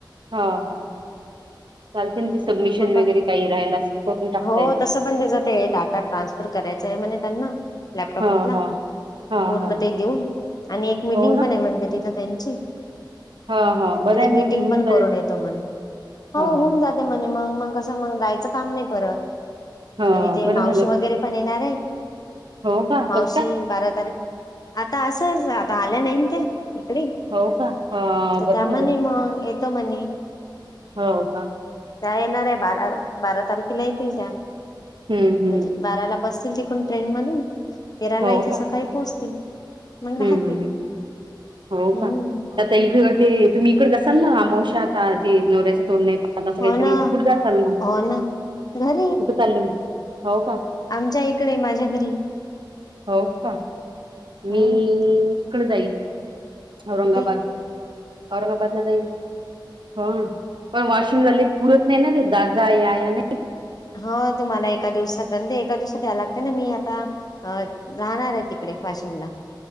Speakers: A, on the right (about 75°); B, on the left (about 50°).
A: हा! हा! चालते ना ते सबमिशन
B: मग,
A: वगैरे काही राहिलं असेल करून टाकता
B: हो
A: येते
B: तस पण त्याचात डाटा ट्रान्सफर करायचंय आए म्हणे. 'लॅपटॉप'
A: हा
B: मधन
A: हा हा
B: पूर्ण
A: हा
B: ते देऊन आणि एक मिटिंग
A: हो ना
B: पण आहे म्हने, त्याजी त्यांची
A: हा हा बरं
B: तर
A: आहे
B: त
A: ना,
B: मीटिंग
A: मग ते होऊन
B: पण
A: जाईल
B: करून येतो म्हणे हो
A: हा
B: होऊन
A: हा
B: जाते म्हणे मग मग. कस मग जायचं काम नाही परत
A: हा
B: आणि ते
A: बरं
B: मावशी
A: झालं
B: वगैरे पण येणार आहे.
A: हो बा
B: मावशी
A: कसं काय?
B: बारा आता असंच आता आल्या नाही त्या. तिकडे
A: हो का हा
B: तर
A: बरं
B: त्यामध्ये
A: झालं
B: मग म्ह
A: हो का
B: येणार आहे बारा बारा तारीख येतील त्या
A: हम्म हम्म
B: म्हणजे बाराला बसतील तिकून ट्रेन मधून तेराला
A: हो
B: इथे
A: का
B: सकाळी पोहोचतील मग
A: हम्म
B: राहतील
A: हो
B: हम्म
A: का आता इक ते तुम्ही इकड असाल ना मावशा आता ते नवऱ्याच तोड असं
B: हो
A: काहीतरीथे
B: ना
A: कुठे जा चाल मग
B: हो ना घरी
A: कुठे चालल हो का
B: आमच्या इकडे आहे माझ्या घरी
A: हो का मी
B: हम्म
A: इकड जाई औरंगाबाद
B: कुठे
A: औरंगाबादला जाईल हो पण वाशिमला ल पुरत नाही ना ते दादाा या ना
B: हो तुम्हाला एका दिवसात एका दिवसात या्याय लागत ना मी आता राहणार आहे तिकडे वाशिमला